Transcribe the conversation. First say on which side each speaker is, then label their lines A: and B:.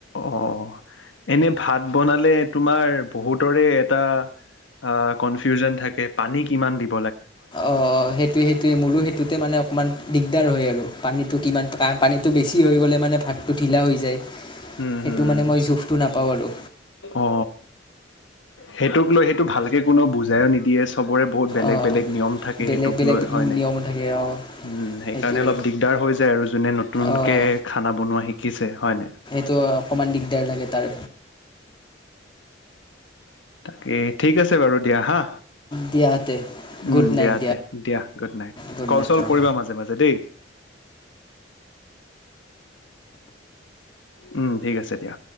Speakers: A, on the left (about 85°); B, on the left (about 25°).
A: অ', এনে ভাত বনালে তোমাৰ বহুতৰে এটা অ' কনফিউজন থাকে, পানী কিমান দিম।
B: অ' সেইটোয়ে সেইটোয়ে মোৰো সেইটোতে মানে অকমান দিগদাৰ হয় আৰু। পানীটো কিমান পাম? পানীটো বেছি হৈ গ'লে মানে, ভাতটো ঢিলা হৈ যায়।
A: উম',
B: সেইটো
A: উম,
B: মানে মই জোখটো নাপাওঁ আৰু
A: অ', অ সেইটোক লৈ সেইটো ভাল এ কোনো বুজাইও নিদিয়ে চবৰে বহুত বেলেগ
B: অঁ
A: বেলেগ নিয়ম থাকে
B: বেলেগ
A: সেইটোক
B: বেলেগ
A: লৈ হয়নে
B: নিয়ম থাকে অঁ
A: উম সেইকাৰণে
B: সেইটোৱে
A: অলপ দিগদাৰ হৈ যায় আৰু যোনে নতুনকে
B: অঁ
A: খানা বনোৱা শিকিছে হয় নাই।
B: ত' অকণমান দিগদাৰ লাগে তাৰ।
A: কি ঠিক আছে বাৰু দিয়া হা।
B: দিয়াহঁতে
A: উম'
B: গুড
A: দিয়া
B: নাইট
A: তে দিয়া good night.
B: Good
A: call
B: night
A: চল
B: অঁ
A: কৰিবা মাজে মাজে দেই। উম ঠিক আছে দিয়া।